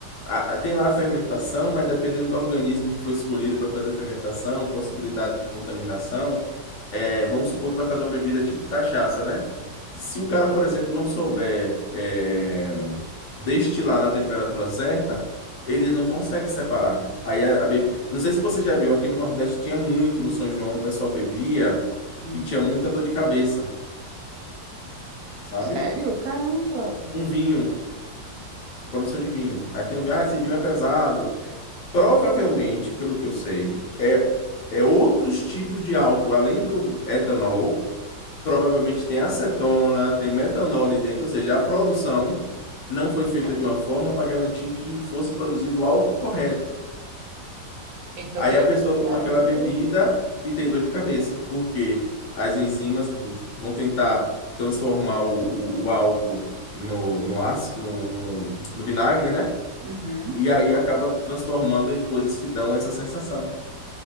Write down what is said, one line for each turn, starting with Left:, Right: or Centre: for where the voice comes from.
Left: a- a- tem lá a fermentação, mas dependendo do organismo que foi escolhido para fazer a fermentação, possibilidade de contaminação, é, vamos supor que vai fazer uma bebida tipo cachaça, né? Se o cara, por exemplo, não souber é, destilar na temperatura certa, ele não consegue separar. Aí a, a bebida. Não sei se você já viu, aqui no Nordeste tinha muito, no São João, o pessoal bebia
Right: Hum.
Left: e tinha muita dor de cabeça, sabe?
Right: Sério? Caramba!
Left: um vinho, produção de vinho. Aí tem um vinho, ah, esse vinho é pesado. Provavelmente, pelo que eu sei, é, é outros tipos de álcool, além do etanol, provavelmente tem acetona, tem metanol ali dentro, ou seja, a produção não foi feita de uma forma para garantir que fosse produzido o álcool correto.
Right: Então
Left: Aí
Right: seria.
Left: a pessoa toma
Right: Caramba,
Left: aquela bebida
Right: que doido.
Left: e tem dor de cabeça, porque as enzimas do- vão tentar transformar o, o- o álcool no, no ácido, no, no no vinagre, né?
Right: Uhum.
Left: E aí acaba transformando em coisas que dão essa sensação.